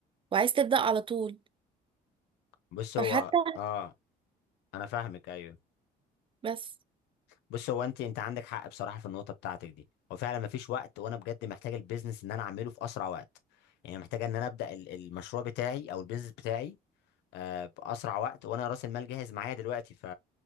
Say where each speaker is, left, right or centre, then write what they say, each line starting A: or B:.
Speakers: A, on the right; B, on the left.
A: وعايز تبدأ على طول
B: بص
A: فحتى
B: هو اه انا فاهمك ايوه
A: بس
B: بص هو انت انت عندك حق بصراحه في النقطه بتاعتك دي هو فعلا مفيش وقت وانا بجد محتاج البيزنس ان انا اعمله في اسرع وقت يعني محتاج ان انا ابدا ال- المشروع بتاعي او البيزنس بتاعي آه، باسرع وقت وانا راس المال جاهز معايا دلوقتي ف